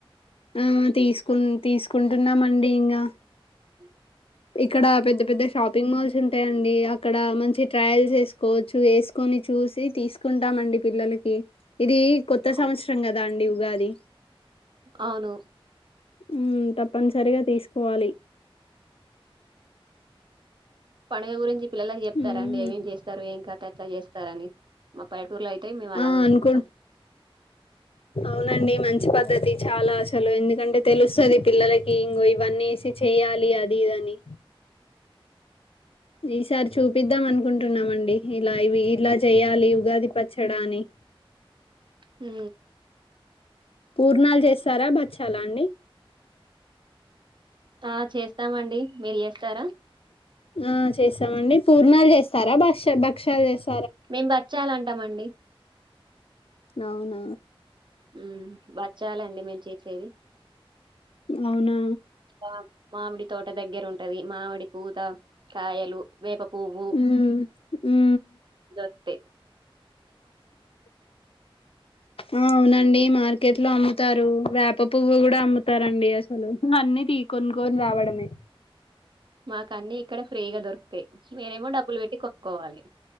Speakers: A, on the left (about 75°); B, on the right (about 55°).
A: ఆ తీసుకు తీసుకుంటున్నామండి ఇంగా
B: హ <unintelligible>
A: ఇక్కడ పెద్ద పెద్ద షాప్ షాపింగ్ మాల్స్ ఉంటాయండి అక్కడ మంచి ట్రయల్స్ వేసుకోవచ్చు వేసుకొని చూసి తీసుకుంటామండి పిల్లలకి ఇది కొత్త
B: అవును
A: సంవత్సరం గదా అండి ఉగాది
B: అవును
A: ఉ తప్పనిసరిగా తీసుకోవాలి
B: పండగ గురించి పిల్లలకి చెప్తార
A: ఉమ్,
B: అండి ఎం ఎం చేస్తారు ఏం కథ ఎట్ల జేస్ స్తారాని ముప్పయిక్ <unintelligible> సుతి అయితే మేము అలాగే
A: ఆ అనుకు
B: చెప్తాం
A: అవునండి మంచి పద్ద్దతి చాలా అసలు ఎందుకంటే తెలుస్తది పిల్లలకి ఇంగొ ఇవన్నీ ఏసి చెయాలి అది ఇదని ఈసారి చూపిద్దాం అనుకుంటున్నామండి ఇలా ఇవి ఇలా చెయాలి ఉగాది పచ్చడా అని
B: హు
A: పూర్ణాలు చేస్తారా బచ్చాల అండి
B: ఆ చేస్తామండి మీరు చేస్తారా
A: ఆ చేస్తామండి పూర్ణలు జేస్తారా భక్ష బక్షల్ జెస్
B: మేం బచ్చాలన్ తమండి
A: అవునా
B: ఉమ్ బచ్చాలండి మేము చేసేది
A: అవునా
B: మాకు మామిడి తోట దగ్గర ఉంటది మామిడి పూత కాయలు వేప పువ్వు
A: ఉ ఉ
B: తే
A: ఆ అవునండి మార్కెట్ లో అమ్ముతారు వేప పువ్వు కూడా అమ్ముతారండి అసలు అన్ని తీ కొనుక్కొని రావడమే
B: మాక అన్నీ ఇక్కడ ఫ్రీగా దొరుకుతాయి మీరేమో డబ్బులు పెట్టి కొనుక్కోవాలి